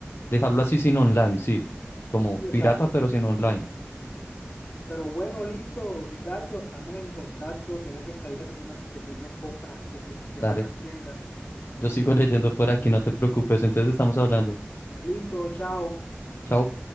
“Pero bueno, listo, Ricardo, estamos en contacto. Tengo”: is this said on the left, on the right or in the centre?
Left